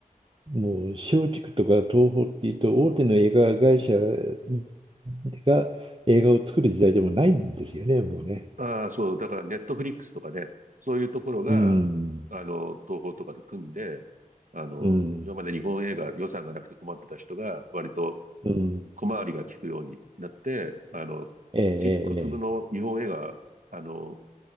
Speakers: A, on the right; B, on the right.
A: もう松竹とか東宝っていうと大手の映画会社が映画を作る時代でもないんですよね、もうね。
B: ああ、そう、だからネットフリックスとかね、そういうところが、
A: うん、
B: あの、東宝とかで組んで、あの、
A: うん、
B: 今まで日本映画予算がなくて困ってた人が、割と
A: うん。
B: 小回りが利くようになって、あの、
A: ええ、ええええ
B: ち、小粒の日本映画、あの、